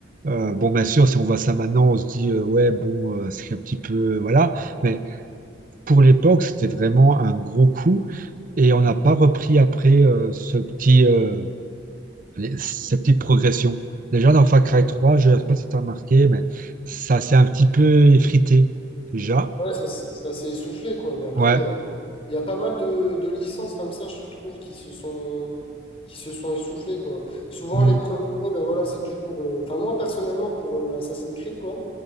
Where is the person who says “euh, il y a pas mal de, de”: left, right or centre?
Left